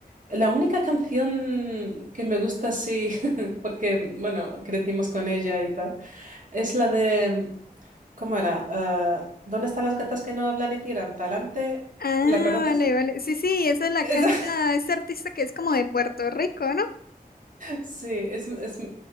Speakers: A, on the right (about 55°); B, on the left (about 70°).
A: la única canción que me gusta así, <laughs> porque, bueno, crecimos con ella y tal, es la de, ¿cómo era? Ah, ¿dónde están las gatas que no hablan y tiran? ¿Pa'lante?
B: Ah,
A: ¿La conoces?
B: vale, vale. Sí, sí, esa la
A: <laughs>
B: canta este artista que es como de Puerto Rico, ¿no?
A: Sí, es, es,